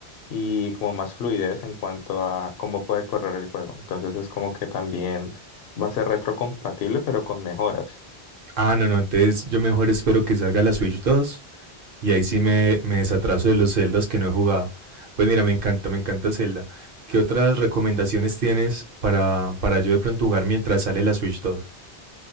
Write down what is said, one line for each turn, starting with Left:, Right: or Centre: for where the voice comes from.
Left: y como más fluidez en cuanto a cómo puede correr el juego. Entonces es como que también va a ser retrocompatible, pero con mejoras.
Right: Ah, no, no, entonces yo mejor espero que salga la Switch 2 y ahí sí me, me desatraso de los Zeldas que no he jugado. Pues mira, me encanta, me encanta Zelda. ¿Qué otras recomendaciones tienes para, para yo de pronto jugar mientras sale la Switch dos